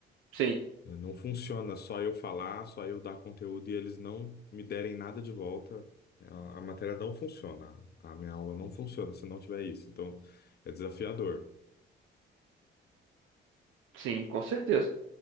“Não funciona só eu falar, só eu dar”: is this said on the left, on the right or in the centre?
Left